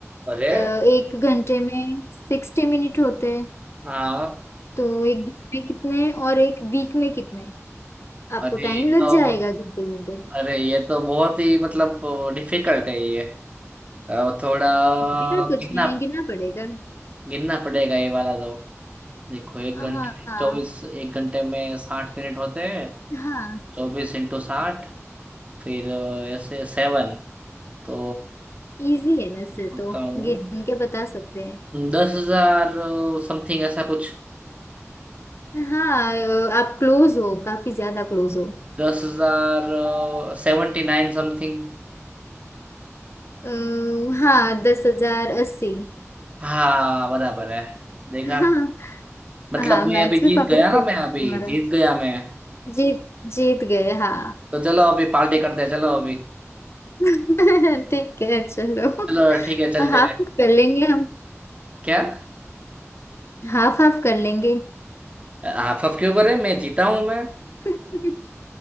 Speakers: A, on the right; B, on the left.
A: अरे
B: अ, एक घंटे में सिक्सटी मिनट होते हैं
A: हाँ
B: तो एक दिन में कितने और एक वीक में कितने
A: अरे
B: आपको टाइम
A: ये
B: लग
A: तो
B: जाएगा गिनते गिनते
A: अरे ये तो बहुत ही मतलब डिफिकल्ट है ये अ, थोड़ा
B: फिर कुछ
A: कितना
B: नहीं गिनना पड़ेगा
A: गिनना पड़ेगा ये वाला तो देखो एक
B: हाँ
A: घंटे में
B: हाँ
A: चौबीस एक घंटे में साठ मिनट होते हैं
B: हाँ
A: चौबीस इंटू साठ फिर अ, ऐसे सेवन तो
B: इजी है वैसे
A: बोलता
B: तो
A: हूँ
B: गिन के बता सकते हैं
A: दस हजार समथिंग ऐसा कुछ
B: हाँ अ, आप क्लोज हो काफी ज्यादा क्लोज हो
A: दस हजार सेवेंटी नाइन समथिंग
B: अ, हाँ दस हजार अस्सी
A: हाँ बराबर है देखा
B: हाँ
A: मतलब
B: हाँ
A: मैं
B: मैच
A: अभी
B: भी
A: जीत
B: पावरफुल
A: गया ना मैं
B: तुम्हारा
A: अभी जीत गया मैं
B: जीत जीत गए हाँ
A: तो चलो अभी पार्टी करते हैं चलो अभी
B: <laughs> ठीक है चलो
A: चलो ठीक है चलते
B: हाफ
A: हैं
B: कर लेंगे हम
A: क्या
B: हाफ हाफ कर लेंगे
A: आप सबके ऊपर है मैं जीता हूँ मैं
B: <laughs>